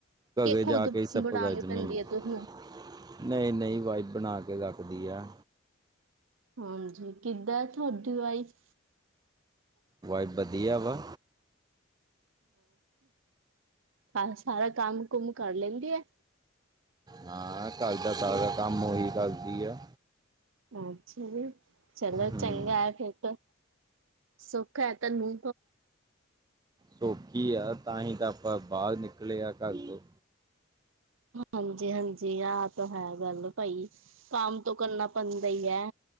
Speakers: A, on the right (about 20°); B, on the right (about 65°).
A: ਘਰੇ
B: ਕਿ ਖੁਦ
A: ਜਾ ਕੇ ਸੱਪਰਾਈਜ
B: ਬਣਾਉਣੀ
A: ਮਿਲੂਗਾ
B: ਪੈਂਦੀ ਹੈ ਤੁਸਨੂੰ
A: ਗਾ ਨਹੀਂ, ਨਹੀਂ ਵਾਈ ਬਣਾ ਕੇ ਰਖ ਦਿਆਂ।
B: ਹਾਂਜੀ ਕਿੱਦਾਂ ਤੁਹਾਡੀ ਵਾਈਫ?
A: ਵਾਈਫ ਵਧੀਆ ਵਾ।
B: ਹਾਂ ਸਾਰਾ ਕੰਮ ਕੁਮ ਕਰ ਲੈਂਦੀ ਏ।
A: ਹਾਂ ਘਰ ਦਾ ਸਾਰਾ ਕੰਮ ਹੀ ਕਰਦੀ ਆ।
B: ਅੱਛਾ ਜੀ, ਚਲੋ ਚੰਗਾ
A: ਹੂੰ
B: ਹੈ ਫਿਰ ਤਾ ਸੁਖ ਹੈ। ਤੇਨੂੰ
A: ਸੌਖੀ ਆ ਤਾਂ ਹੀ ਤਾਂ ਆਪਾਂ ਬਾਹਰ ਨਿਕਲੇ ਆ ਘਰ ਤੋਂ
B: ਹਾਂਜੀ, ਹਾਂਜੀ ਆਹ ਤਾਂ ਹੈ ਗੱਲ ਭਾਈ ਕੰਮ ਤੋਂ ਕਰਨਾ ਬਦੇ ਹੀ ਹੈ